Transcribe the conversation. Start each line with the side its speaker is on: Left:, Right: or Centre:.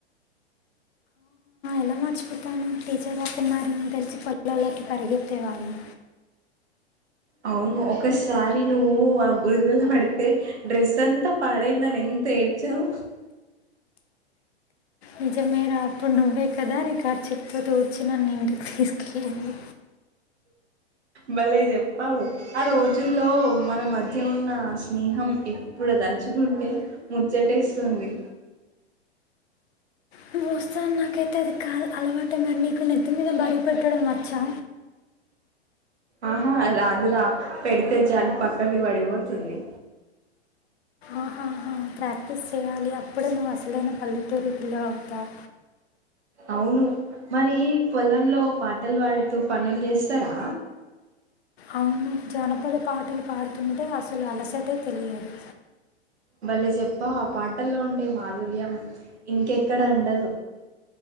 Left: ఎల మర్చిపోతాను టీచర్ అవ్వుతున్నారని తెలిసి పొలాల్లో కి పరిగెత్తే వాళ్ళం.
Right: అవును ఒకసారి నువ్వు ఆ బురుద లో పడితే డ్రెస్ అంతా పాడైందని ఎంత ఏడ్చావు.
Left: నిజమే రా అప్పుడు నువ్వే కదా నీకర్చిప్ తో చెప్పి తుడ్చి నన్ను ఇంటికి తీసుకెళ్ళ
Right: భలే చెప్పావు ఆ రోజుల్లో మన మధ్య ఉన్న స్నేహం ఇప్పుడు తలుచుకుంటే ముచ్చటేస్తుంది.
Left: నువ్వు వస్తాను నాకైతే అది కాదు అలవాటు మరి నీకు నెత్తి మీద బరువు పెట్టడం వచ్చా.
Right: ఆహా రాదు రా పెడితే చాలు పక్కకి పడిపోతుంది.
Left: ఆహాహా ప్రాక్టీస్ చేయాలి అప్పుడే నువ్వు అసలైన పల్లెటూ రు పిల్లవు అవుతావు.
Right: అవును మరి పొలంలో పాటలు పాడుతూ పనులు చేస్తారా.
Left: అవును జానపద పాటలు పాడి తుంటే అసలు అలసటే తెలియదు
Right: భలే చెప్పావు ఆ పాటల్లో ఉండే మాధుర్యం ఇంకెక్కడ ఉండదు.